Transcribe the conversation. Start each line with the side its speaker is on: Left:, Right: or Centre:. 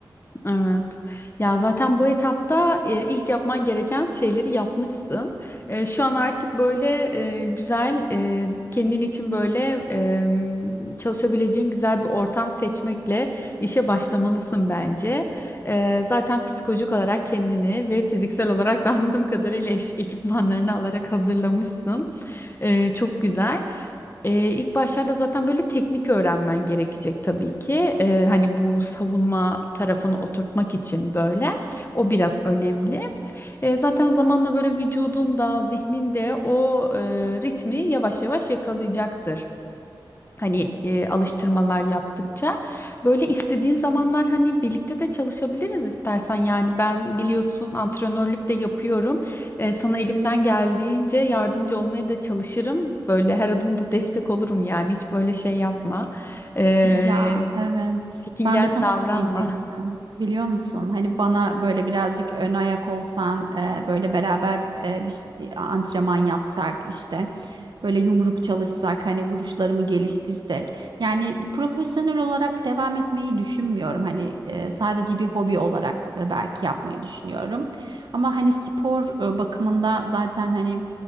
Left: Evet. Ya zaten bu etapta e, ilk yapman gereken şeyleri yapmışsın. E, şu an artık böyle e, güzel e, kendin için böyle e, çalışabileceğin güzel bir ortam seçmekle işe başlamalısın bence. E, zaten psikolojik olarak kendini ve fiziksel olarak da anladığım kadarıyla eş- ekipmanlarını alarak hazırlamışsın. E, çok güzel. Ee, ilk başlarda zaten böyle teknik öğrenmen gerekecek tabii ki. Ee, hani bu savunma tarafını oturtmak için böyle. O biraz önemli. Ee, zaten zamanla böyle vücudun da zihnin de o e, ritmi yavaş yavaş yakalayacaktır. Hani e, alıştırmalar yaptıkça böyle istediğin zamanlar hani birlikte de çalışabiliriz istersen yani ben biliyorsun antrenörlük de yapıyorum E, sana elimden geldiğince yardımcı olmaya da çalışırım böyle her adımda destek olurum yani hiç böyle şey yapma E,
Right: Ya evet.
Left: çekingen
Right: Ben de tam
Left: davranma.
Right: onu diyecektim. Biliyor musun? Hani bana böyle birazcık ön ayak olsan, e, böyle beraber e, bir şey- antrenman yapsak işte. Böyle yumruk çalışsak, hani vuruşlarımı geliştirsek. Yani profesyonel olarak devam etmeyi düşünmüyorum. Hani e, sadece bir hobi olarak e, belki yapmayı düşünüyorum. Ama hani spor e, bakımında zaten hani